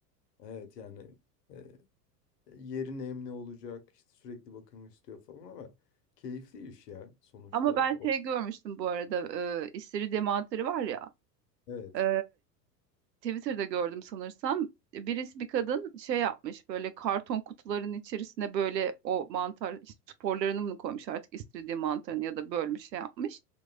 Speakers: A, on the left; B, on the right.
A: Evet yani e, yeri nemli olacak, işte sürekli bakım istiyor falan ama keyifli iş ya sonuçta.
B: Ama
A: O,
B: ben şey görmüştüm bu arada e, istiridye mantarı var ya
A: evet.
B: e, Twitter'da gördüm sanırsam birisi bir kadın şey yapmış böyle karton kutuların içerisine böyle o mantar işte sporlarını mı koymuş artık istiridye mantarını ya da bölmüş şey yapmış.